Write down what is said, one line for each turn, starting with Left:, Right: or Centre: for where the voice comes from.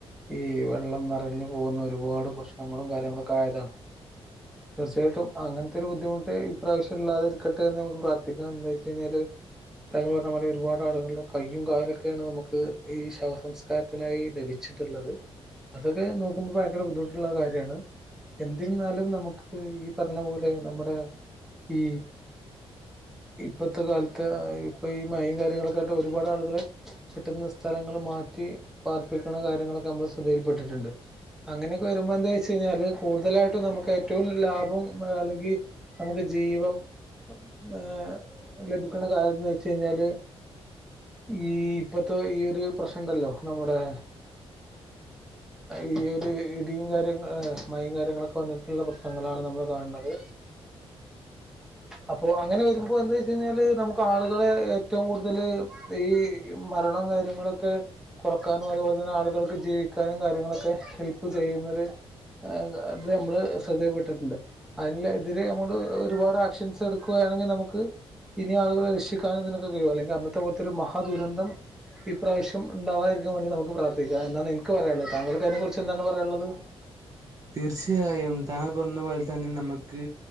Centre: ഈ വെള്ളം നെറഞ്ഞു പോകുന്ന ഒരുപാട് പ്രശ്നങ്ങളും കാര്യങ്ങളൊക്കെ ആയതാണ് തീർച്ചയായിട്ടും അങ്ങനത്തെ ഒരു ബുദ്ധിമുട്ട് ഇപ്രാവശ്യ ഇല്ലാതിരിക്കട്ടെ എന്ന് നമുക്ക് പ്രാർ തിക്കാം എന്തോയിച്ച് കഴിഞ്ഞാല് താങ്കള് പറഞ്ഞപോലെ ഒരുപാട് ആളുകളുടെ കയ്യും കാലൊക്കേണ് നമുക്ക് ഈ ശവസംസ്കാരത്തിനായി ലഭിച്ച് ട്ടുള്ളത് അതൊക്കെ നോക്കുമ്പോ ഭയങ്കര ബുദ്ധിമുട്ടുള്ള കാര്യമാണ് എന്തിരുന്നാലും നമുക്ക് ഈ പറഞ്ഞ പോലെ നമ്മുടെ ഈ ഇപ്പത്തെ കാലത്ത് ഇപ്പ ഈ മഴയും കാര്യങ്ങളൊക്കെ ആട്ട് ഒരുപാട് ആളുകൾ പെട്ടുന്ന സ്ഥലങ്ങളും മാറ്റി പാർപ്പിക്കണ കാര്യങ്ങളൊക്കെ നമ്മൾ ശ്രദ്ധയിൽപ്പെട്ടിട്ടുണ്ട് അങ്ങനെയൊക്കെ വരുമ്പോ എന്താ വെച്ച് കഴിഞ്ഞാല് കൂടുതലായിട്ടും നമുക്ക് ഏറ്റവും ലാഭം അല്ലെങ്കിൽ നമുക്ക് ജീവം ഏ ലഭിക്കണ കാര്യമെന്ന് വെച്ച് കഴിഞ്ഞാല് ഈ ഇപ്പത്തെ ഈ ഒരു പ്രശ്നമുണ്ടല്ലോ നമ്മുടെ ഈ ഒരു ഇടിയും കാര്യങ്ങ മഴയും കാര്യങ്ങളൊക്കെ വന്നിട്ടുള്ള പ്രശ്നങ്ങളാണ് നമ്മൾ കാണണത് അ അപ്പൊ അങ്ങനെ വരുമ്പോ എന്താ വെച്ച് കഴിഞ്ഞാല് നമുക്ക് ആളുകളെ ഏറ്റവും കൂടുതൽ ഈ മരന്നോം കാര്യ കാര്യങ്ങളൊക്കെ കുറക്കാനും അതുപോലെ തന്നെ ആളുകൾക്ക് ജീവിക്കാനും കാര്യങ്ങളൊക്കെ ഹെല്പ്പ് ചെയ്യുന്നൊരു അത് നമ്മള് ശ്രദ്ധപ്പെട്ടിട്ടുണ്ട് അതിന് എതിരെ നമ്മള് ഒരുപാട് ആക്ഷൻസ് എടുക്ക ക്കുകയാണെങ്കിൽ നമുക്ക് ഇനി ആളുകളെ രക്ഷിക്കാൻ ഇതിനൊക്കെ കഴിയും അല്ലെങ്കിൽ അന്നത്തെ പോലത്തെ ഒരു മഹാദുരന്തം ഇപ്രാവശ്യം ഉണ്ടാവാതിരിക്ക ക്കാൻ നമുക്ക് പ്രാർത്ഥിക്കാം എന്നാൽ എനിക്ക് പറയാനുള്ളേ താങ്കൾക്ക് അതിനെ കുറിച്ച് എന്താണ് പറയാനുള്ളത്
Right: തീർച്ചയായും താങ്ങൾ പറഞ്ഞ പോലെ തന്നെ നമുക്ക്